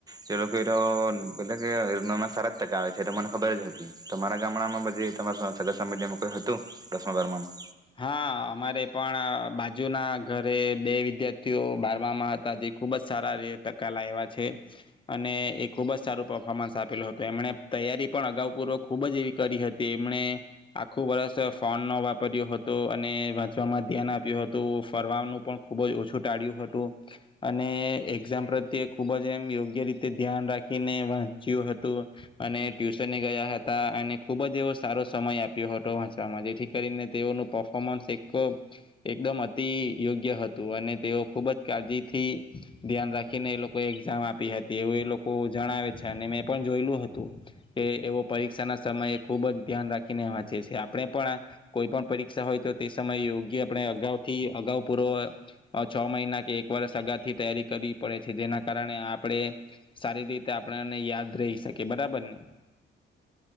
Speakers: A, on the right; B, on the left.
A: તે લોકો એતો <unintelligible> સારા જ ટકા આવે છે. મને ખબર જ હતી. તો મારા ગામડામાં તમારા સગા સંબંધી માં કોઈ હતું? દસમા, બારમા માં
B: હા અમારે પણ બાજુના ઘરે બે વિદ્યાર્થીઓ બારમાં હતા. જે ખુબ જ સારા ટકા લાવ્યા છે. અને એ ખૂબ જ સારું પફોર્મન્સ આપેલો હતો. એમણે તૈયારી પણ અગાઉ પૂર્વ ખુબ જ એવી કરી હતી. એમણે આખું વર્ષ ફોન ન વાપર્યો હતો તો અને વાંચવામાં ધ્યાન આપ્યું હતું. ફરવાનું પણ ખૂબ જ ઓછું ટાળ્યું હતું. અને એક્ઝામ પ્રત્યે ખૂબ જ એમ યોગ્ય રીતે ધ્યાન રાખીને વાંચ્યું હતું. અને ટ્યુશને ગયા હતા. અને ખૂબ જ એવો સારો સમય આપ્યો હતો વાંચવામાં. જેથી કરીને તેઓનું પફોમન્સ એક એકદમ અતિ યોગ્ય હતું. અને તેઓ ખુબ જ કાળજીથી ધ્યાન રાખીને એ લોકોએ એક્ઝામ આપી હતી. એવું એ લોકો જણાવે છે. અને મેં પણ જોયેલું હતું કે એ ઓ પરીક્ષા ના સમયે ખુબ જ ધ્યાન રાખીને વાંચે છે. આપણે પણ કોઈ પણ પરીક્ષા હોય તો તે સમયે યોગ્ય આપણે અગાઉથી અગાઉ પૂરો છ મહિના કે એક વરષ અગાઉથી તૈયારી કરવી પડે છે. જેના કારણે આપણે સારી રીતે આપણને યાદ રહી શકીએ. બરાબર ને